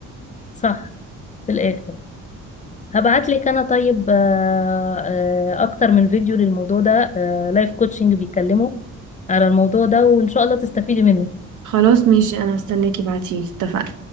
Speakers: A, on the left; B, on the right.
A: صح في الاخر هبعت لك انا طيب آه، آه، اكتر من فيديو للموضوع ده لايف كوتشنج بيتكلموا على الموضوع ده وان شاء الله تستفيدي منه
B: خلاص ماشي انا هستناكي بعتيلي اتفقنا